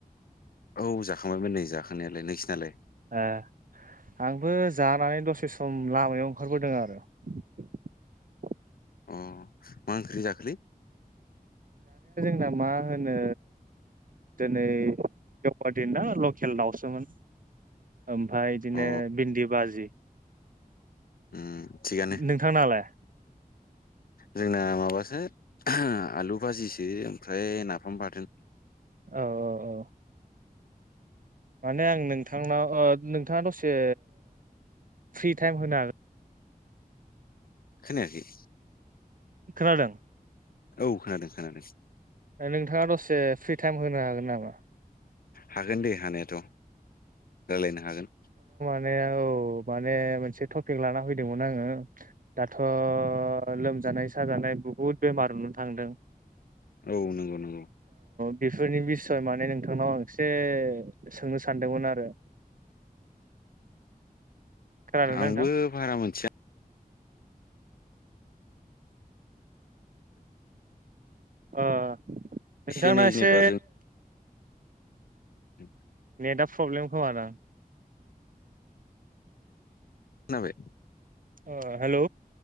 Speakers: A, on the left; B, on the right.
A: औ जाखांबायमोन नै जाखांनायालाय नोंसिनालाय?
B: ओ आंबो जानानै दसे सम लामायाव ओंखारबोदों आरो ।
A: अ मा ओंख्रि जाखोलै?
B: ओ मा होनो दोनै देवबार दिन ना लकेल दाउसोमोन ओमफाय बिदिनो
A: अ
B: भिन्दि बाजि
A: उम थिगानो
B: नोंथांनालाय
A: जोंना माबासो आलु बाजिसो ओमफ्राय नाफाम बाथोन
B: औ औ औ माने आं नोंथांनाव ओ नोंथाङा दसे फ्रि टाइम होनो हागोन
A: खोनायाखै
B: खोनादों
A: औ खोनादों खोनादों
B: नोंथाङा दसे फ्रि टाइम होनो हागोन नामा
A: हागोन दे हानायाथ' रायलायनो हागोन
B: ने औ माने मोनसे थफिक लाना फैदोंमोन आङो दाथ' लोम जानाय साजानाय बुहुत बेमार नुनोथांदों
A: औ नंगौ नंगौ
B: बेफोरनि बिसय माने नोंथांनाव आं एसे सोंनो सानदोंमोन आरो खोनादोंना
A: आंबो
B: नोंथां
A: भारा मोनथिया
B: अ नोंथांना
A: एनै जेनेबा
B: एसे
A: जों <unintelligible>
B: नेटा प्रब्लेम खोमादां
A: नाबाय
B: अ हेल'